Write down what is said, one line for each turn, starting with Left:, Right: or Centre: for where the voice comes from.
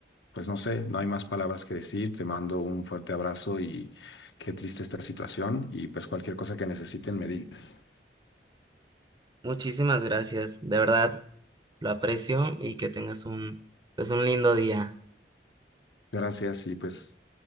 Left: pues no sé, no hay más palabras que decir. Te mando un fuerte abrazo y qué triste esta situación y pues cualquier cosa que necesiten me dices.
Right: muchísimas gracias. De verdad, Lo aprecio y que tengas un, pues, un lindo día.
Left: Gracias y pues